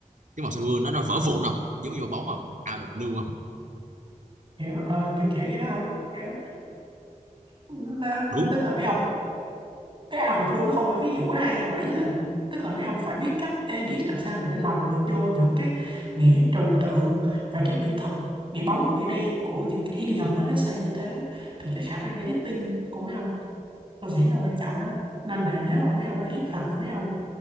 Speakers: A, on the right; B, on the right.
A: cái màu xanh dương nó nó vỡ vụn không giống như quả bóng không out of blue không
B: kiểu ờ, kiểu kiểu như đó không kiểu nó, nó,
A: đúng
B: tức là mấy ông cái Out of the Blue nó không phải ví dụ quá hay nhưng mà ý là tức là mấy ông phải biết cách edit làm sao mà để lồng được vô những cái nghĩa trừu tượng và cái nghĩa thật nghĩa bóng và nghĩa đen của những cái idiom á lấy như thế thì cái khả năng editing của mấy ông tôi nghĩ là quan trọng đó nên là nếu mà mấy ông edit hoặc là mấy ông